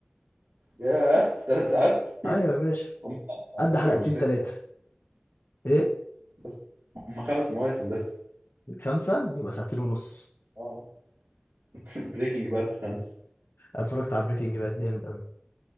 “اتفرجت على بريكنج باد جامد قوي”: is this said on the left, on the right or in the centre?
Left